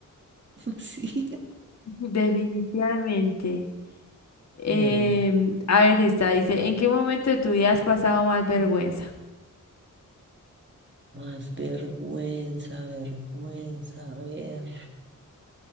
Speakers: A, on the right; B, on the left.
A: Sí.
B: <laughs> definitivamente. Em,
A: Bueno,
B: a ver, esta dice, ¿en qué momento de tu vida has pasado más vergüenza?
A: más vergüenza, vergüenza, a ver.